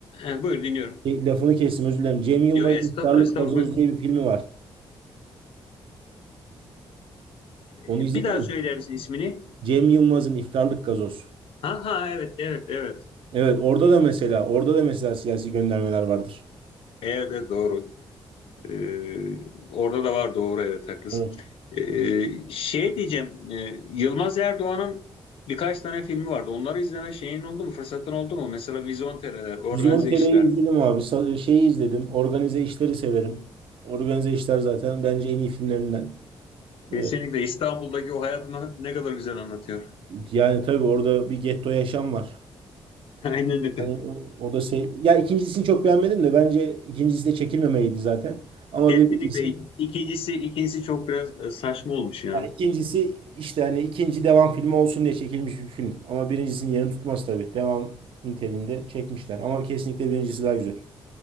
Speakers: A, on the left (about 70°); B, on the right (about 65°).
A: e, buyur dinliyorum.
B: şey, lafını kestim özür dilerim. Cem Yılmaz'ın
A: Diyor estağfurullah
B: İftarlık
A: estağfurullah
B: Gazoz
A: buyur.
B: diye bir filmi var.
A: Ee,
B: Onu izledin
A: bir daha
B: mi?
A: söyler misin ismini?
B: Cem Yılmaz'ın İftarlık Gazoz.
A: Ha ha evet evet evet.
B: Evet, orada da mesela, orada da mesela siyasi göndermeler vardır.
A: Evet, evet doğru. Ee, orada da var doğru evet haklısın.
B: Evet.
A: Ee, şey diyeceğim e, Yılmaz Erdoğan'ın birkaç tane filmi vardı. Onları izleme şeyin oldu mu? Fırsatın oldu mu? Mesela Vizontere'ler, Organize
B: Vizyon TR'yi
A: İşler.
B: izledim abi. Sa- Şeyi izledim. Organize işleri severim. Organize işler zaten bence en iyi filmlerinden.
A: Kesinlikle
B: E,
A: İstanbul'daki o hayatını ne kadar güzel anlatıyor.
B: Yani tabii orada bir getto yaşam var.
A: <laughs> Aynen öyle.
B: Yani o, o da şey. Ya ikincisini çok beğenmedim de bence ikincisi de çekilmemeliydi zaten. Ama
A: Kesinlikle
B: birincisi
A: ik- ikincisi ikincisi çok biraz e, saçma olmuş ya.
B: yani ikincisi işte hani ikinci devam filmi olsun diye çekilmiş bir film. Ama birincisinin yerini tutmaz tabii. Devam niteliğinde çekmişler. Ama kesinlikle birincisi daha güzel.